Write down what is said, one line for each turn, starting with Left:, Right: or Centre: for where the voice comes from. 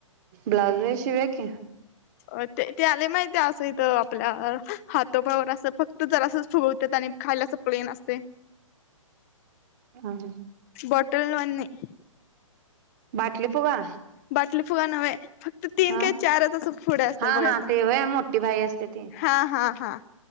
Right: ब्लाउज व्हय शिऊया कि.
Left: अ ते ते आले माहिती असं इथं आपल्या हातोपावर असं फक्त जरासच फूगवतात आणि खाली अस प्लेन असतय.
Right: हा
Left: बट <unintelligible>
Right: बाटली फुगा?
Left: बाटली फुगा नवे. फक्त तीन
Right: हा
Left: का चारच अस पुढे असत्यात
Right: हा
Left: बघायच.
Right: हा ते व्हय मोठी बाई असते ती
Left: हा हा. हा.